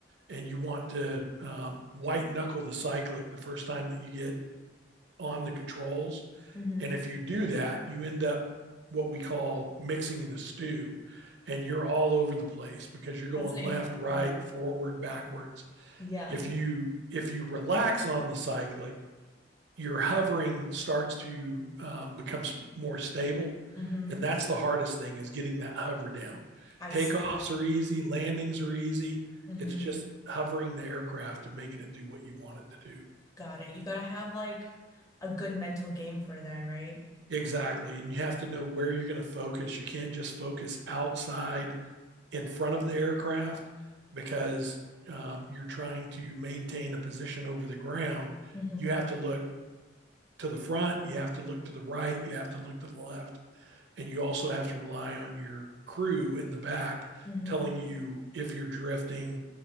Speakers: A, on the right (about 65°); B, on the left (about 20°).
A: and you want to um, white knuckle the cyclic the first time that you get on the controls.
B: hmm
A: And if you do that, you end up what we call mixing the stew and you're all over the place because you're going
B: That's an
A: left,
B: interesting.
A: right, forward, backwards.
B: Yeah.
A: If you if you relax on the cyclic, your hovering starts to um, become more stable,
B: hmm
A: and that's the hardest thing is getting that hover down.
B: I
A: Takeoffs
B: see.
A: are easy, landings are easy.
B: hmm
A: It's just hovering the aircraft and making it do what you want it to do.
B: Got it. You gotta have like a good mental game for that, right?
A: Exactly. And you have to know where you're going to focus. You can't just focus outside in front of the aircraft because um, you're trying to maintain a position over the ground.
B: hmm
A: You have to look to the front, you have to look to the right, you have to look to the left, and you also have to rely on your crew in the back
B: hmm
A: telling you if you're drifting